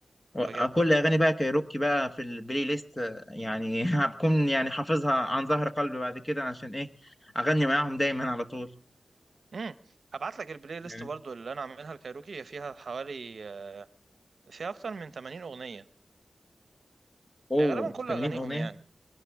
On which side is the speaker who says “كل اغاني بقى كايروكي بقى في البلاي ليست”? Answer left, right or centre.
Left